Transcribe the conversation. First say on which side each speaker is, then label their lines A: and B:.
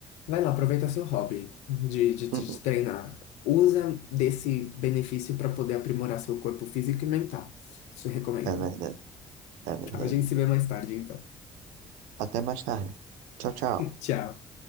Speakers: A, on the left; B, on the right.
A: vai lá, aproveita seu hobby de, de,
B: <laughs>
A: de treinar. Usa desse benefício para poder aprimorar seu corpo físico e mental. Isso eu recomendo.
B: É verdade, é verdade.
A: A gente se vê mais tarde, então.
B: Até mais tarde. Tchau, tchau.
A: Tchau.